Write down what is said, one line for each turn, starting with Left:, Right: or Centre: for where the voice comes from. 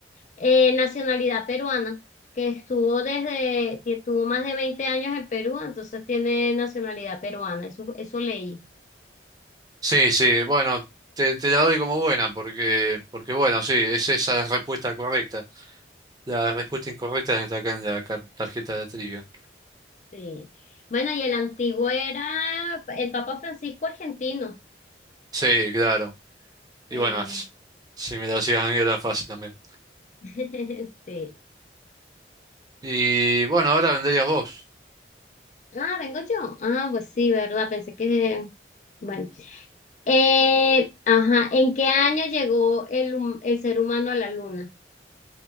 Left: eh, nacionalidad peruana, que estuvo desde, que tuvo más de 20 años en Perú, entonces tiene nacionalidad peruana, eso, eso leí.
Right: Sí, sí, bueno, te, te la doy como buena porque, porque bueno, sí, es esa la respuesta correcta. La respuesta incorrecta está acá en la ca- tarjeta de trivia.
Left: Sí. Bueno, y el antiguo era el Papa Francisco argentino.
Right: Sí, claro. Y
Left: Sí.
Right: bueno, s- si me la hacías a mí era fácil también.
Left: <laughs> Sí.
Right: Y bueno, ahora venderías vos.
Left: Ah, vengo yo. Ah, pues sí, ¿verdad? Pensé que... Bueno. Eh, ajá, ¿en qué año llegó el, hum- el ser humano a la luna?